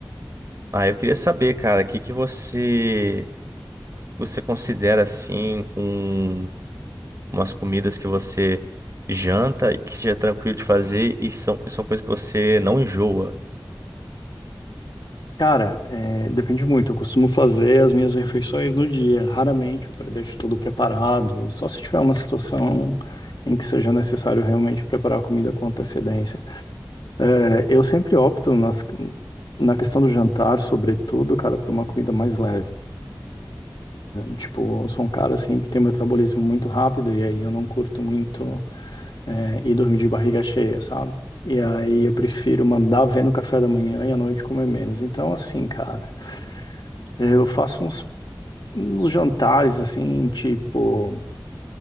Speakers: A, on the right; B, on the left.
A: Ah, eu queria saber, cara, o que que você você considera assim um, umas comidas que você janta e que seja tranquilo de fazer e são, e são coisas que você não enjoa.
B: Cara, é, depende muito. Eu costumo fazer as minhas refeições no dia. Raramente eu pre- deixo tudo preparado, só se tiver uma situação em que seja necessário realmente preparar a comida com antecedência. É, eu sempre opto nas- na questão do jantar, sobretudo, cara, por uma comida mais leve. Tipo, eu sou um cara assim que tem um metabolismo muito rápido e aí eu não curto muito. é, e dormir de barriga cheia, sabe? E aí eu prefiro mandar ver no café da manhã e à noite comer menos. Então, assim, cara, eu faço uns, uns jantares, assim, tipo.